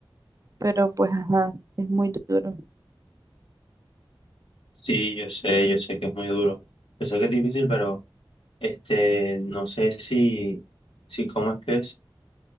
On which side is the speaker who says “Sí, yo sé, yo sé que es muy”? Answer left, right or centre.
Left